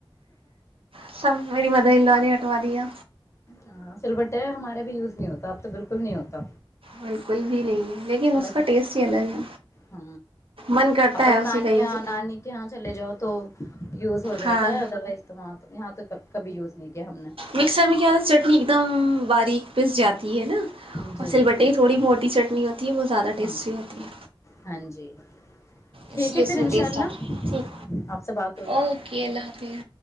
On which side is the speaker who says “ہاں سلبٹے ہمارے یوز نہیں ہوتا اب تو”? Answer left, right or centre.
Left